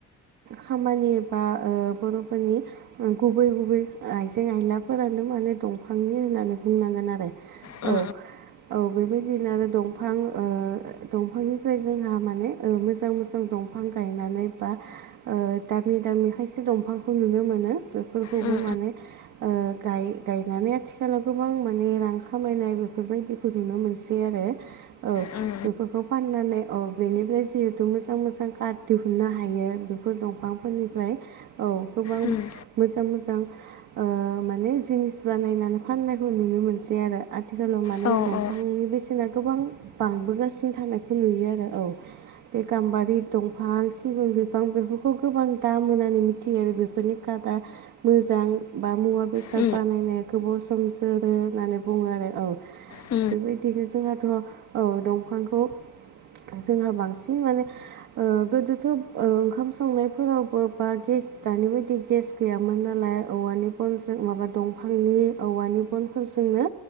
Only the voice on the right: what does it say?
खामानि बा ओ बर'फोरनि गुबै गुब बै आइजें आइलाफोरानो माने दंफांनि होननानै बुंनांगोन आरो
औ औ बेबायदिनो आरो दंफां ओ दंफांनिफ्राय जोंहा माने मोजां मोजां दं फां गायनानै बा दामि दामि खायसे दंफांखौ नुनो मोन बे खौबो
माने ओ गाय गायनानै आथिखालाव गोबां माने रां खामायनाय बेफोरबायदिखौ नुनो मोनसै आरो औ
बेफोरखौ फाननानै औ बेनिफ्राय जिहेथु मोजां मोजां कार दिहुननो हायो बेफोर दंफांफोरनिफ्राय औ गोबां
मोजां मोजां मोजां ओ माने जिनिस बानायनानै फाननायखौ नुनो मोनसै आरो आथिखालाव माने
दंफांनि
बेसेना गोबां बांबोगासिनो थानायखौ नुयो आरो औ बे गामबारि दं बिफां सिगुन बिफां बेफोरखौ गोबां दाम होनानै मिथियो आरो बेफोरनि कादा मोजां बा मुवा बेसाद
बानायनाया गोबाव सम जोरो होननानै बुङो आरो औ।
बेबायदिनो जोंहाथ' औ दंफांखौ जोंहा बांसिन माने ओ गोदोथ' ओ ओंखाम संनायफोरावबो बा गेस दानि बायदि गेस गैयामोन। दोन नालाय औवानि बनजों माबा दंफांनि औवानि बनफोरजोंनो